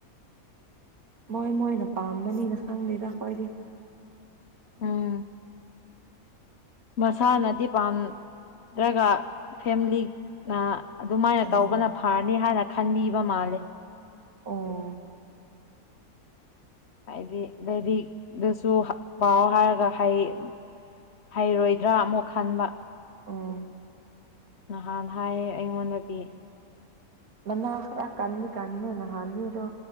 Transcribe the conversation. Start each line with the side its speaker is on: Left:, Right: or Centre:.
Right: ꯃꯣꯏ ꯃꯣꯏꯅ ꯄꯥꯝꯕꯅꯤꯅ ꯈꯪꯗꯦꯗ ꯑꯩꯈꯣꯏꯗꯤ
Left: ꯎꯝ ꯃꯁꯥꯅꯗꯤ ꯄꯥꯝꯗ꯭ꯔꯒ ꯐꯦꯝꯂꯤꯅ ꯑꯗꯨꯃꯥꯏꯅ
Right: ꯎꯝ
Left: ꯇꯧꯕꯅ ꯐꯔꯅꯤ ꯍꯥꯏꯅ ꯈꯟꯕꯤꯕ ꯃꯥꯜꯂꯦ
Right: ꯑꯣ
Left: ꯍꯥꯏꯗꯤ ꯂꯥꯏꯔꯤꯛꯗꯁꯨ ꯄꯥꯎ ꯍꯥꯏꯔꯒ ꯍꯥꯏꯌ‌ꯦ ꯍꯩꯔꯣꯏꯗ꯭ꯔꯥ ꯑꯃꯨꯛ ꯈꯟꯕ
Right: ꯑꯣ
Left: ꯅꯍꯥꯟ ꯍꯥꯏꯌꯦ ꯑꯩꯉꯣꯟꯗꯗꯤ
Right: ꯉꯟꯅ ꯈꯔ ꯀꯟꯅꯤ ꯀꯟꯗꯦꯅ ꯅꯍꯥꯟꯗꯤꯗꯣ